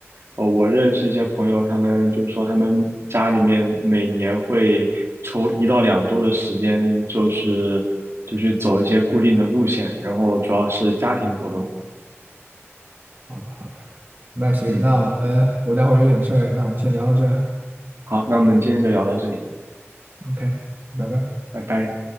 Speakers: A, on the right; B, on the right.
A: 呃，我认识一些朋友，他们就说他们家里面每年会抽一到两周的时间，就是就是走一些固定的路线，然后主要是家庭活动。
B: 好的好的，那行，
A: 嗯，
B: 那我们我待会儿有点事儿，那我们先聊到这儿啊
A: 好，那我们今天就聊到这里，
B: ，OK，拜拜。
A: 拜拜。